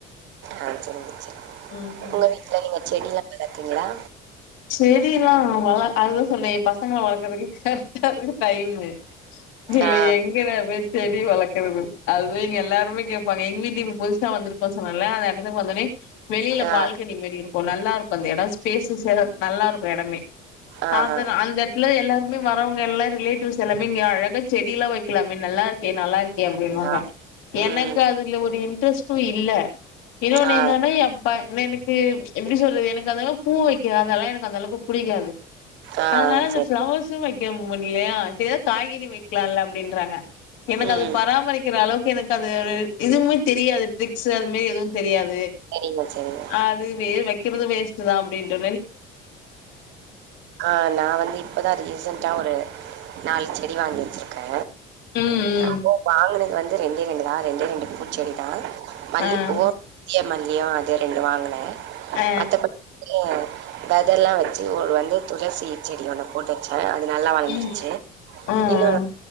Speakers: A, on the right; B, on the left.
A: ஆ சரிங்க சரி
B: ம் ம்
A: உங்க வீட்டுல நீங்க செடி எல்லா வளப்பிங்களா
B: செடியெல்லா வளர் அது சொன்னே பசங்கள வளக்கறதுக்கே டைமு இல்ல
A: ஆ.
B: எங்க ந பேய் செடி வளக்கறது அதுவே இங்க எல்லாருமே கேப்பாங்க எங்க வீட்லியு புதுசா வந்துரு ப்போ சொன்ன இல்ல அந்த இடத்துக்கு வந்தனே வெளியில
A: ஆ
B: பால்கனி மெரி இருக்கு இப்போ நல்லா இருக் ப்ப அந்த இடோ பேசஸ்ஸியா நல்லா இருக்கு இடமே
A: ஆஹா
B: அது அந்த இடத்துல எல்லா வரவுங்க எல்லா ரிலேட்டிவ்ஸ் எல்லாமே இங்க அழக செடியிலா வைக் இக்கலமே நல்லா இருக்கே நல்லா இருக்கே அப்பிடினுவாங்க
A: ஆ
B: எனக்கு
A: ம்.
B: அதுல ஒரு இன்ட்ரெஸ்ட்டு இல்ல இன்னொன்னு
A: ஆ
B: எப்பனேனக்கு எப்பிடி சொல்றது எனக்கு அத பூ வைக்க அதெல்லா எனக்கு அந்த அளவுக்கு புடிக்காது
A: ஆ
B: அதனால அந்த
A: சரி.
B: பிளவர்ஸ்ம் வை க்க முடிலியா சே காய்கறி வைக்கலால்ல அப்பிடின்றாங்க எனக்கு
A: ம்.
B: அது பராமரிக்கிற அளவுக்கு எனக்கு க்க அது ஒரு இதுவுமே தெரியா திக்சு அதுமே எதுவு தெரியாது
A: சரிங்க, சரிங்க.
B: அது வே வக்கிறது வேஸ் ட்டுதா அப்டின்டு
A: ஆ நா வந்து இப்பதா ரீசண்ட்டா ஒரு நாலு செடி வாங்கி வச்சுருக்கே
B: ம் ம்
A: அது வாங்குனது வந் து ரெண்டே ரெண்டு தா ரெண்டே ரெண்டு பூச்செடி தா மல்லிப்
B: ஆஹ்
A: பூவு <unintelligible> க்குமல்லியு அது ரெண்டு வாங்குனே
B: ஆ
A: மத்தப <inaudible> வெதலா வச்சு ஒரு வந்து துளசி செடி ஒன்னு போட்டு வச்சே அ து நல்லா வளந்துருச்சு
B: ம் ம்
A: இன்னொனு